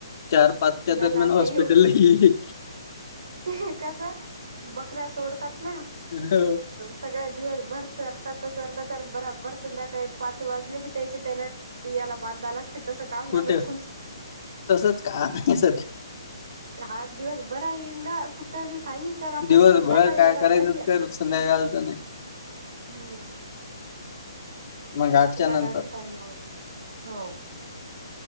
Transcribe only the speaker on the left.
चार पाचच्या
दरम्यान हॉस्पिटल
ये.
हो
खोटे
तसच काम आहे सध्या
दिवसभर
काय
करायचं
कर संध्याकाळचं नाही
मग आठच्या
नंतर